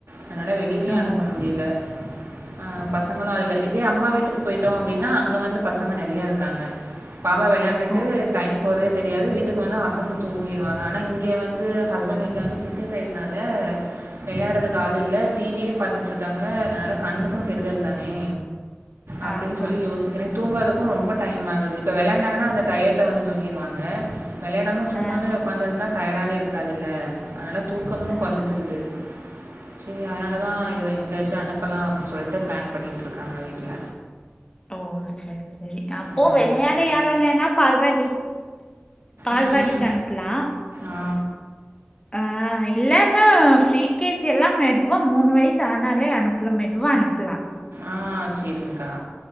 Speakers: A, on the right (about 75°); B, on the left (about 20°).
A: அதனால வெளிலயு
B: ஆ, ஓ
A: அனுப்ப முடியில ஆ பசங்களு அதுல இல் இதே அம்மா வீட்டுக்கு போயிட்டோ அப்டின்னா அங்க வந்து பசங்க நெறையா இருக்காங்க பாப்பா வெளையாண்டுட்டு
B: ஓ
A: டைம் போறதே தெரியாது வீட்டுக்கு வந்து அசந்து தூங்கிருவாங்க ஆனா இங் இங்க வந்து ஹஸ்பெண்ட் வீட்ல வந்து சிட்டி சைட்னால வெளையாடுறதுக்கு ஆளு இல்ல டி வியே பாத்தட்ருக் க்காங்க அதனால கண்ணுக்கு கெடுதல் தானே அப்டின்
B: ஆமா
A: சொல்லி யோசிக்கிறே தூங்கறதுக்கு ரொம்ப டைம் ஆகுது இப்ப வெளாண்டாங்கன்னா அந்தப் டயர்ட்டுல வந்து தூங்கிருவாங்க வெளையாடாம சும்மாவே
B: ஆ
A: ஒக்காந்திருந்தா டயர்டாவே இருக்காதுல்ல அனாலப் தூக்கமு
B: ஆ
A: கொறஞ்சிருது செரி அதனால தா இவள எங்கயாச்சு அனுப்பலா அப்புன்னு சொல்ட்டு பிளான் பண்ணிட்ருக்காங்க வீட்ல
B: ஓ சரி சரி அப்போ
A: ம்
B: வெளையாட யாரு இல்லன்னா பால்வாடி இருக் பால்வாடிக்கு
A: ம்
B: அனுப்புலா
A: ஆ
B: ஆ இல்லன்னா ஃப்ரீ கே ஜி எல்லா மெத்வா மூணு வயசு ஆனாலே அனுப்புலா மெதுவா வ அனுப்புலா
A: ஆ சரிங்க்கா.